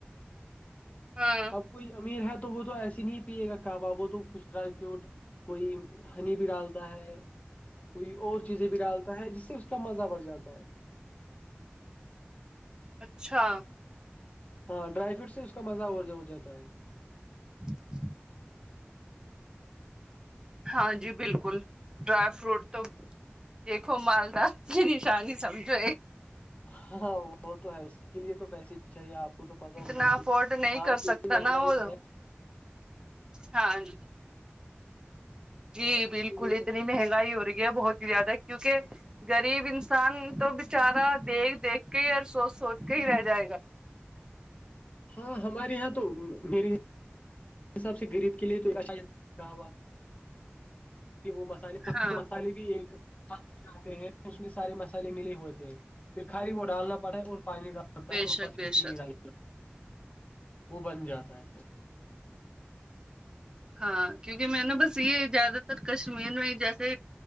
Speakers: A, on the right (about 20°); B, on the left (about 35°).
A: ہاں
B: کوئی امیر ہے تو وہ تو ایسے نہیں پیے گا کہ ب وہ تو کچھ ڈرائی فروٹ کوئی ہنی بھی ڈالتا ہے کوئی اور چیزیں بھی ڈالتا ہے جس سے اس کا مزہ بڑھ جاتا ہے
A: اچھا
B: ہاں ڈرائی فروٹ سے اس کا مزہ اورور جو ہو جاتا ہے
A: جی جی <inaudible> ہاں جی بالکل ڈرائی فروٹ تو دیکھو مالدا کی نشانی سمجھو ایک
B: ہاں وہ تو ہے اس اس کے لیے تو پیسے ہی چاہیے آپ کو تو پتا
A: اتنا
B: ہوگا
A: افورڈ
B: کہ
A: نہیں
B: ہاں
A: کر
B: اس سے
A: سکتا
B: اتنی مہنگائی
A: نا وہ
B: ہے
A: ہاں جی جی
B: ہاں اس
A: بالکل
B: کے لیے
A: اتنی
B: تو
A: مہنگائی ہو رہی ہے بہت ہی زیادہ کیونکہ غریب انسان تو بچارا دیکھ دیکھ کے ہی اور سوچ سوچ کے ہی رہ جائے گا
B: ہاں ہمارے یہاں تو میری حساب سے غریب کے لیے تو ایاا ہوا وہ مسالے
A: ہاں
B: مسالے بھی ایکاتھ آے ہیں اس میں سارے مسالے ملے ہوتے ہیں پھر کھالی وہ ڈالنا پڑتا ہے اور پانی ڈالنا پڑتا
A: بے
B: ہے اور اوپر
A: شک
B: سے
A: بے
B: چینی
A: شک
B: ڈال وہ بن جاتا ہے پھر
A: ہاں کیونکہ میں نےا بس یہ زیادہ تر کشمیر میں ہی جیسے